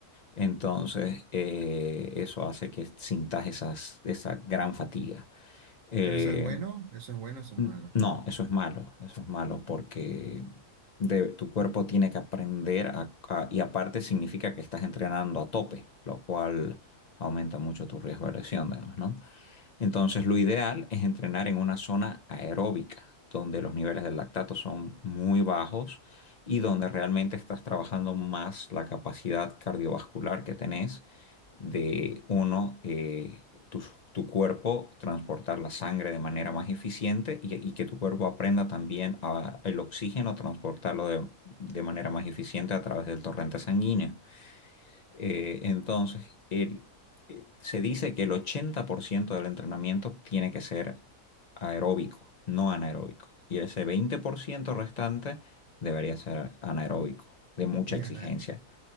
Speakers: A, on the left; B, on the right.
A: Entonces, eh, eso hace que sintas esas, esa gran fatiga. Eh,
B: Pero eso es bueno, eso es bueno, eso es
A: N-
B: malo.
A: No, eso es malo, eso es malo porque de- tu cuerpo tiene que aprender a- a- y aparte significa que estás entrenando a tope, lo cual aumenta mucho tu riesgo de lesión, digamos, ¿no? Entonces, lo ideal es entrenar en una zona aeróbica, donde los niveles del lactato son muy bajos y donde realmente estás trabajando más la capacidad cardiovascular que tenés de, uno, eh, tu, tu cuerpo transportar la sangre de manera más eficiente y, y que tu cuerpo aprenda también a, el oxígeno transportarlo de de manera más eficiente a través del torrente sanguíneo. Eh, entonces, el- eh, se dice que el 80% del entrenamiento tiene que ser aeróbico, no anaeróbico. Y ese 20% restante debería ser anaeróbico, de mucha
B: Y
A: exigencia.
B: ana-